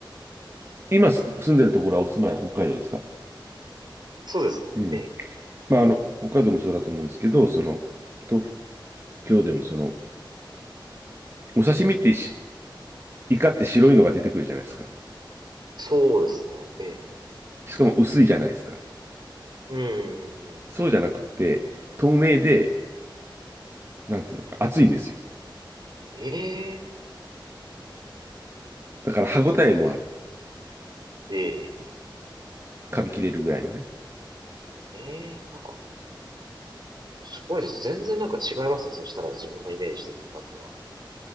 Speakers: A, on the right; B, on the right.
A: 今す住んでるところはお住まい北海道ですか
B: そうですね。
A: うん。
B: ええ。
A: まあ、あの、北海道もそうだと思うんですけど、その、東京でもその、お刺身ってしイカって白いのが出てくるじゃないですか。
B: そうですね。ええ。
A: しかも薄いじゃないですか。
B: うんうんうん。
A: そうじゃなくて、透明で、なんつうのか、厚いんですよ。
B: ええ。
A: だから歯ごたえもある。
B: ええ。
A: 噛み切れるぐらいのね。
B: ええ、なんか、すごいです。全然なんか違いますね。そしたら自分がイメージしてるイカとは。